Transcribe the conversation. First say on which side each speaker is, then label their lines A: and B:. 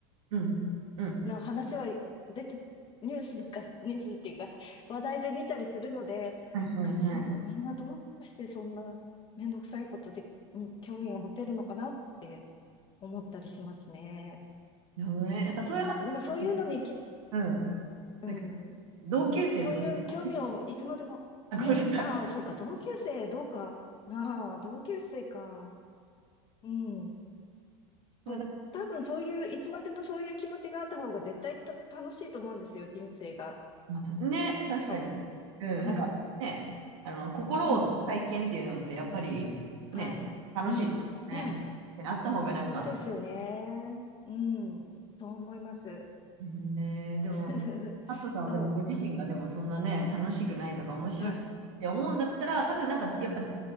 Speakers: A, on the right; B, on the left.
A: うん。うん。
B: な話は出て、ニュースとか、ニュースっていうか、話題で見たりするので、
A: はいはいはい。
B: おかしいな、みんなどうしてそんなめんどくさいことで、に興味を持てるのかなって思ったりしますね。
A: なるほどね。なんかそういう話ちょっと、
B: うん、でもそういうのにき、
A: うん。
B: うん、
A: なんか同級生とかの話、
B: そういう興味をいつまでも、
A: <laughs> あ、
B: ね、
A: ごめんなさい。
B: ああ、そうか、同級生、どうかなあ、同級生か。うん。
A: ごめんなさい
B: そう、多分そういう、いつまでもそういう気持ちがあった方が絶対た楽しいと思うんですよ、人生が。
A: また、ね、確かに。
B: 多分。
A: うん、
B: うん、
A: なんかね、あの、心を体験っていうのって、
B: うん、
A: やっぱりね、
B: はい、
A: 楽しいですよね。
B: うん。ねえ、
A: 確かにあった方がなんか、
B: そうですよね。うん、そう思います。
A: ねえでも、
B: <laughs>
A: アットさんはでもご自身がでもそんなね、
B: そう、
A: 楽しくないとか面白くないって思うんだったら、
B: はい、
A: 多分なんかやっぱ違